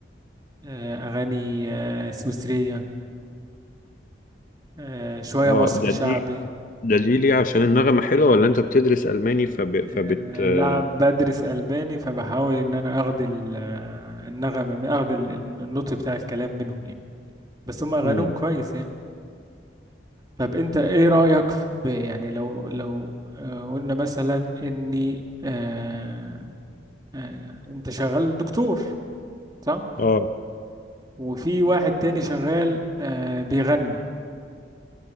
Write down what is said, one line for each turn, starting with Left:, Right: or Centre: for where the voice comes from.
Right: آه، اغاني آه، سويسرية آه، شوية
Left: اه
Right: مصري
Left: ده
Right: شعبي
Left: دي ده دي ليه عشان النغمة حلوة ولا انت بتدرس الماني فب...
Right: آه،
Left: فبت آه،
Right: لا بدرس ألماني فبحاول إن أنا أخد ال- آه، النغمة من- أخد ال- ال- النطق بتاع الكلام منهم يعني بس هم أغانيهم
Left: مم.
Right: كويس يعني طب أنت إيه رأيك في يعني لو لو آه، قلنا مثلا إني آه، آه، أنت شغال دكتور صح؟
Left: اه
Right: وفي واحد تاني شغال آه، بيغني